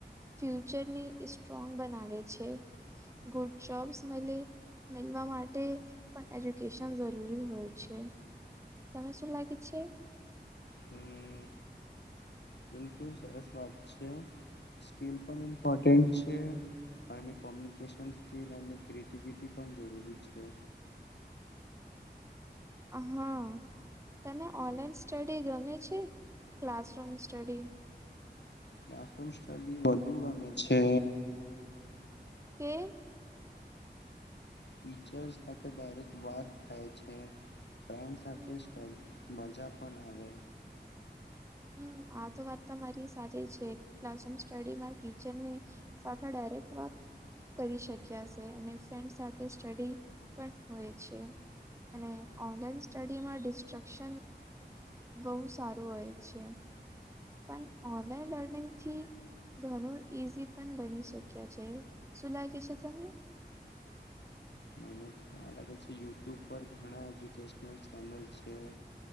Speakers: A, on the right; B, on the left.
A: ફ્યુચરને સ્ટ્રોંગ બનાવે છે. ગુડ જોબ્સ મલે. મેલવા માટે પણ એજ્યુકેશન જરૂરી હોય છે. તમે શું લાગી છે?
B: હમ બીલકુલ સરસ વાત છે. સ્કીલ પણ ઇમ્પોર્ટેન્ટ છે. અને કોમ્યુનિકેશન સ્કીલ અને ક્રિએટિવિટી પણ જરૂરી છે.
A: હા. તને ઓનલાઈન સ્ટડી ગમે છે? Classroom study?
B: ક્લાસરૂમ સ્ટડી વધુ ગમે છે.
A: કેમ?
B: ટીચરસ સાથે ડાયરેક્ટ વાત થાય છે. ફ્રેન્ડ સાથે
A: હમ્મ
B: તો મજા પણ આવે.
A: હમ આ તો વાત તમારી સાચી છે. ક્લાસરૂમ સ્ટડીમાં ટીચરની સાથે ડાયરેક્ટ વાત કરી શક્યા છે. અને ફ્રેન્ડ સાથે સ્ટડી પણ હોય છે. અને ઓનલાઈન સ્ટડીમાં ડિસ્ટ્રક્શન બહુ સારું હોય છે. પણ ઓનલાઈન લર્નિંગથી ઘણું ઈઝી પણ બની શક્ય છે. શું લાગે છે તમને?
B: મને લાગે છે યુટ્યુબ પર ઘણા એજ્યુકેશનલ ચેનલ છે.